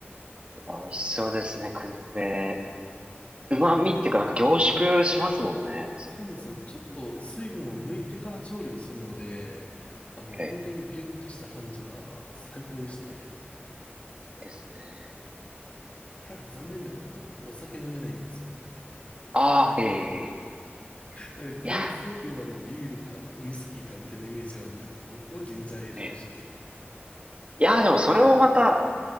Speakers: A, on the right; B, on the left.
A: 美味しそうですね、燻製。旨味っていうか、なんか凝縮しますもんね。そういう風味が。
B: そうなんですね。ちょっと水分を抜いてから調理をするので、あの、本当にギュッとした感じが最高でしたね。
A: ええ、ですね。
B: ただ残念なことに僕お酒飲めないんですよ。
A: ああ、ええ、ええええ
B: えー燻製といえばあのビールかウイスキーかみたいなイメージがあるんですけど、
A: いや
B: 僕はジンジャーエールと一緒に。
A: ー、ええ
B: <laughs>
A: いやー、でもそれをまた、